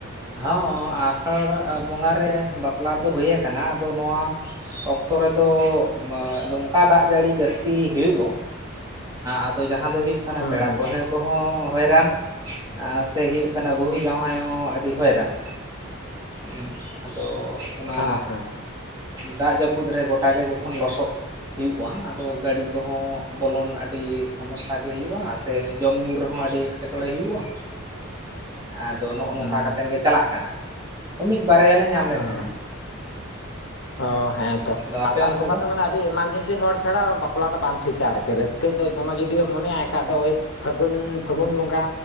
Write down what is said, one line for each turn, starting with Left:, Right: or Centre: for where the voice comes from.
Right: ᱦᱚᱸ ᱟᱥᱟᱲ ᱵᱚᱸᱜᱟ ᱨᱮ ᱵᱟᱯᱞᱟ ᱫᱚ ᱦᱩᱭ ᱟᱠᱟᱱᱟ᱾ ᱟᱫᱚ ᱱᱚᱣᱟ ᱚᱠᱛᱚ ᱨᱮᱫᱚ ᱱᱚᱝᱠᱟ ᱫᱟᱜ ᱡᱟᱹᱲᱤ ᱡᱟᱹᱥᱛᱤ ᱦᱩᱭᱩᱜ ᱫᱚ ᱟᱫᱚ ᱡᱟᱦᱟᱸ ᱫᱚ ᱦᱩᱭᱩᱜ ᱠᱟᱱᱟ
Left: ᱦᱩᱸ
Right: ᱯᱮᱲᱟ
Left: ᱦᱩᱸ
Right: ᱯᱟᱹᱲᱦᱟᱹ ᱠᱚᱦᱚᱸ ᱦᱚᱭᱨᱟᱱ ᱥᱮ ᱦᱩᱭᱩᱜ ᱠᱟᱱᱟ ᱵᱟᱹᱦᱩ ᱡᱟᱶᱭᱟᱭ ᱦᱚᱸ ᱟᱹᱰᱤ ᱦᱚᱭᱨᱟᱱ ᱦᱩᱸ, ᱟᱫᱚ ᱚᱱᱟ
Left: ᱦᱮᱸ ᱦᱮᱸ
Right: ᱫᱟᱜ ᱡᱟᱹᱯᱩᱫ ᱨᱮ ᱜᱚᱴᱟ ᱜᱮ ᱡᱚᱠᱷᱚᱱ ᱞᱚᱥᱚᱫ ᱦᱩᱭᱩᱜᱼᱟ ᱟᱫᱚ ᱜᱟᱹᱰᱤ ᱠᱚᱦᱚᱸ ᱵᱚᱞᱚᱱ ᱟᱹᱰᱤ ᱥᱚᱢᱚᱥᱥᱟ ᱜᱮ ᱦᱩᱭᱩᱜᱼᱟ᱾ ᱥᱮ ᱡᱚᱢ ᱧᱩ ᱨᱮᱦᱚᱸ ᱟᱹᱰᱤ ᱮᱴᱠᱮᱴᱚᱬᱮ ᱦᱩᱭᱩᱜᱼᱟ᱾ ᱟᱫᱚ ᱱᱚᱜᱼᱚ ᱱᱚᱝᱠᱟ
Left: ᱦᱩᱸ
Right: ᱠᱟᱛᱮᱱ ᱜᱮ ᱪᱟᱞᱟᱜ ᱠᱟᱱᱟ᱾ ᱢᱤᱫ ᱵᱟᱨᱭᱟ ᱞᱮ ᱧᱟᱢ
Left: ᱦᱩᱸ
Right: ᱞᱮᱫ ᱛᱟᱦᱮᱸᱫ᱾
Left: ᱚ ᱦᱮᱸ ᱛᱚ
Right: ᱟᱫᱚ ᱟᱯᱮ
Left: ᱟᱥᱟᱟᱲ
Right: ᱚᱱᱛᱮ
Left: ᱵᱚᱸᱜᱟ ᱫᱚ ᱢᱟᱱᱮ ᱟᱹᱰᱤ ᱮᱢᱟᱨᱡᱮᱱᱥᱤ ᱦᱚᱲ ᱪᱷᱟᱲᱟ ᱵᱟᱯᱞᱟ ᱫᱚ ᱵᱟᱝ ᱴᱷᱤᱠᱟ ᱟᱨᱠᱤ, ᱨᱟᱹᱥᱠᱟᱹ ᱠᱟᱺᱡ ᱫᱚ ᱫᱚᱢᱮ ᱡᱩᱫᱤᱭᱳ ᱢᱚᱱᱮᱭᱟᱭ ᱠᱷᱟᱡ ᱫᱚ ᱳᱭ ᱯᱷᱟᱹᱜᱩᱱ, ᱯᱷᱟᱹᱜᱩᱱ ᱵᱚᱸᱜᱟ